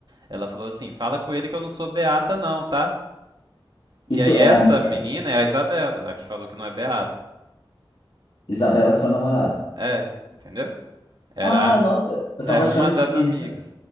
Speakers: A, on the right; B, on the left.
A: ela falou assim: fala com ele que eu não sou beata não, tá? E
B: Isso
A: aí, essa
B: é a amiga.
A: menina é a Isabela, a que falou que não é beata.
B: Isabela é sua namorada.
A: É, entendeu? Era,
B: Ah, nossa, eu tava
A: era
B: achando
A: uma das
B: que a menina.
A: amigas.